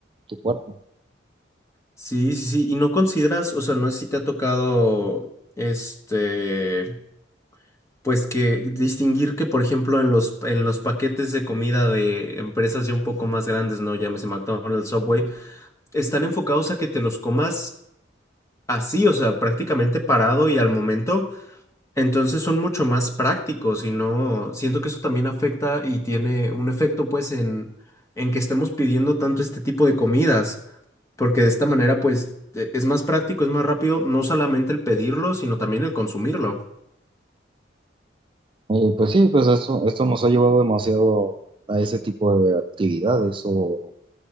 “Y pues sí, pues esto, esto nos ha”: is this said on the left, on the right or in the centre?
Right